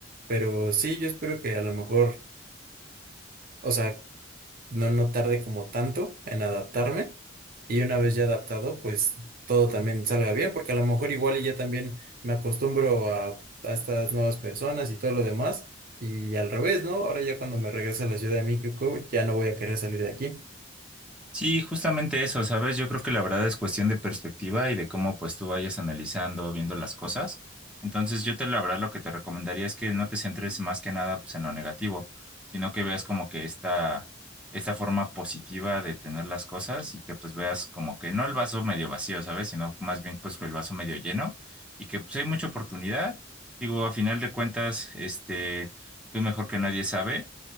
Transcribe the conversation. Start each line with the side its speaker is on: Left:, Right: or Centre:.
Right: Pero sí, yo espero que a lo mejor, o sea, no, no tarde como tanto en adaptarme y una vez ya adaptado, pues todo también salga bien, porque a lo mejor igual y ya también me acostumbro a, a estas nuevas personas y todo lo demás y al revés, ¿no? Ahora ya cuando me regrese a la Ciudad de México ya no voy a querer salir de aquí.
Centre: Sí, justamente eso, ¿sabes? Yo creo que la verdad es cuestión de perspectiva y de cómo pues tú vayas analizando, viendo las cosas. Entonces yo te la verdad lo que te recomendaría es que no te centres más que nada pues en lo negativo, sino que veas como que esta, esta forma positiva de tener las cosas y que pues veas como que no el vaso medio vacío, ¿sabes? Sino más bien pues el vaso medio lleno y que pues hay mucha oportunidad. Digo, a final de cuentas, este, tú mejor que nadie sabe